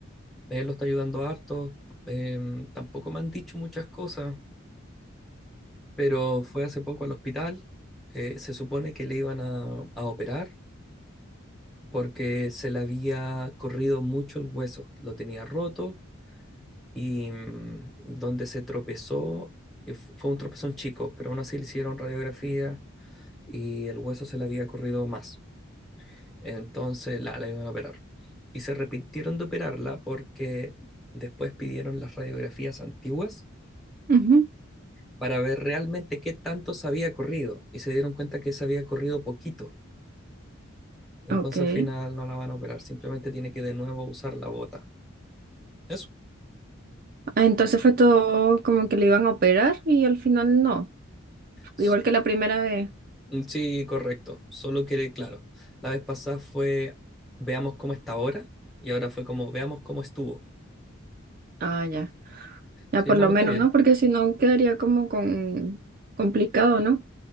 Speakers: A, in the centre; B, on the right (about 45°).
A: él lo está ayudando harto, em, tampoco me han dicho muchas cosas, pero fue hace poco al hospital, eh, se supone que le iban a, a operar porque se le había corrido mucho el hueso, lo tenía roto y mm, donde se tropezó, eh, fu- fue un tropezón chico, pero aún así le hicieron radiografía y el hueso se le había corrido más. Entonces la, la iban a operar. Y se arrepintieron de operarla porque después pidieron las radiografías antiguas
B: Ujú.
A: para ver realmente qué tanto se había corrido. Y se dieron cuenta que se había corrido poquito. Entonces
B: Ok.
A: al final no la van a operar. Simplemente tiene que de nuevo usar la bota. Eso.
B: Ah, Entonces fue todo como que le iban a operar y al final no.
A: S-
B: Igual que la primera vez.
A: mm, Sí, correcto. Solo que, claro, la vez pasada fue veamos cómo está ahora. Y ahora fue como veamos cómo estuvo.
B: Ah, ya. Ya
A: Sí,
B: por
A: no,
B: lo
A: está
B: menos,
A: bien.
B: ¿no? Porque si no quedaría como con complicado, ¿no?